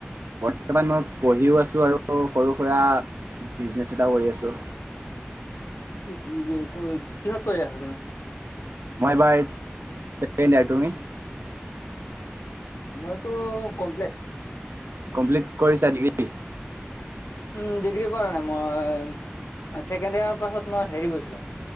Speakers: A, on the right; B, on the left.
A: বৰ্তমান মই পঢ়িও আছোঁ, আৰু সৰু-সুৰা বিজনেছ এটাও কৰি আছোঁ।
B: হুমহ কি কিহত পঢ়ি আছা তুমি?
A: মই এইবাৰ ছেকেণ্ড ইয়েৰ তুমি?
B: মইতো কমপ্লেট।
A: কমপ্লিট কৰিছা ডিগ্ৰী?
B: উম, ডিগ্ৰী কৰা নাই মই। ছেকেণ্ড ইয়াৰ পাছত মই হেৰি গৈছিলোঁ।